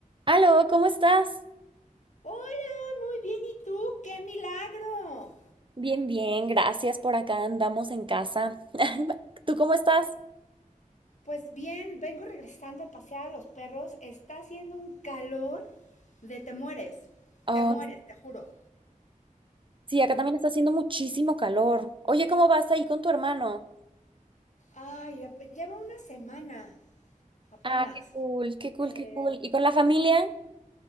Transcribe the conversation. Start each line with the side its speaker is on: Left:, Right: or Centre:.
Right: Aló, ¿cómo estás?
Left: Hola, muy bien. ¿Y tú? ¡Qué milagro!
Right: Bien, bien, gracias. Por acá andamos en casa. <laughs> ¿Tú cómo estás?
Left: Pues bien, vengo regresando a pasear a los perros. Está haciendo un calor de te mueres.
Right: Oh,
Left: Te mueres, te juro.
Right: sí, acá también está haciendo muchísimo calor. Oye, ¿cómo vas ahí con tu hermano?
Left: Ay, ap- lleva una semana apenas.
Right: Ah, qué cool, qué cool,
Left: Eh,
Right: qué cool. ¿Y con la familia?